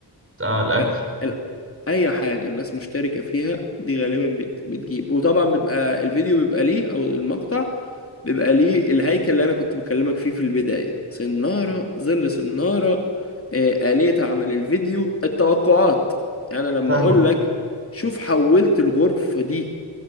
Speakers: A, on the right (about 30°); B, on the left (about 35°).
A: بتاع الأكل
B: ف اي حاجه الناس مشتركه فيها دي غالبا بت... بتجيب وطبعا بيبقى الفيديو بيبقى ليه او المقطع بيبقى ليه الهيكل اللي انا كنت بكلمك فيه في البدايه سناره ظل سناره آه، آلية عمل الفيديو التوقعات يعني انا لما
A: فاهمك
B: اقول لك شوف حولت الغرفه دي